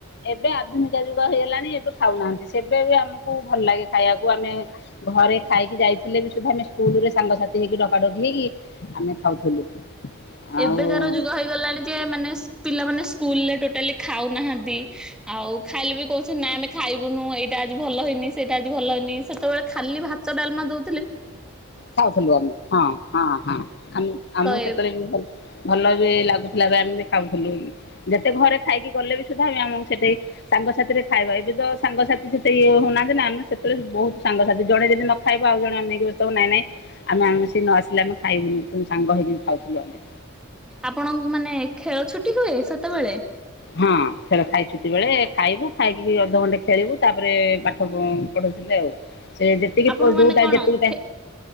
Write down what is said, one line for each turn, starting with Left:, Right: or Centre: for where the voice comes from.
Left: ଏବେ ଆଧୁନିକ ଯୁଗ ହେଇଗଲାଣି ଏବେ ଖାଉନାହାନ୍ତି ସେବେ ବି ଆମକୁ ଭଲ ଲାଗେ ଖାଇବାକୁ ଆମେ ଘରେ ଖାଇକି ଯାଇଥିଲେ ବି ସୁଦ୍ଧା ଆମେ ସ୍କୁଲ ରେ ସାଙ୍ଗସାଥି ହେଇକି ଡକାଡକି ହେଇକି ଆମେ ଖାଉଥିଲୁ।
Centre: ଏବେ
Left: ଆଉ
Centre: କାର ଯୁଗ ହେଇଗଲାଣି। ଯେ ମାନେ ପିଲାମାନେ ସ୍କୁଲରେ ଟୋଟାଲି ଖାଉନାହାନ୍ତି। ଆଉ ଖାଇଲେ ବି କହୁଛନ୍ତି ନାଁ ଆମେ ଖାଇବୁନୁ ଏଇଟା ଆଜି ଭଲ ହେଇନି ସେଇଟା ଆଜି ଭଲ ହେଇନି ସେତେବେଳେ ଖାଲି ଭାତ ଡାଲମା ଦଉ
Left: ଖାଉଥୁଲୁ ଆମେ। ହଁ ହଁ ହଁ ଆମେ ଆମକୁ
Centre: ତ
Left: ସେତେବେଳେ
Centre: ଏ
Left: ବି ଭଲ ବି ଲାଗୁଥିଲା ବି ଆମେ ବି ଖାଉଥୁଲୁ ଯେତେ ଘରେ ଖାଇକି ଗଲେ ବି ସୁଧା ଆମକୁ ସେଠେଇଁ ସାଙ୍ଗସାଥି ରେ ଖାଇବା। ଏବେ ତ ସାଙ୍ଗସାଥି ସେତେ ଇଏ ହଉନାହାନ୍ତି ନାଁ ଆମେ ସେତେବେଳେ ବହୁତ ସାଙ୍ଗସାଥି ଜଣେ ଯଦି ନ ଖାଇବା ଆଉ ଜଣ ଅନେକ ବସ୍ତୁବ ନାଇଁ ନାଇଁ ଆମେଆମେ ସିଏ ନ ଆସିଲେ ଆମେ ଖାଇବୁନୁ କିନ୍ତୁ ସାଙ୍ଗ ହେଇକି ଖାଉଥିଲୁ ଆମେ।
Centre: ଆପଣଙ୍କ ମାନେ ଖେଳ ଛୁଟି ହୁଏ ସେତେବେଳେ?
Left: ହଁ ଖେଳ ଖାଇଛୁଟି ବେଳେ ଖାଇବୁ ଖାଇକିରି ଅଧଘଣ୍ଟେ ଖେଳିବୁ ତାପରେ ପାଠ ପ ପଢଉଥିଲେ ଆଉ। ସେ ଯେତିକି
Centre: ଆପଣଙ୍କୁ
Left: ପ୍ ଯୋଉଟା
Centre: ମାନେ କଣ
Left: ଯେତିକି ଟାଇମ୍।
Centre: ଖେ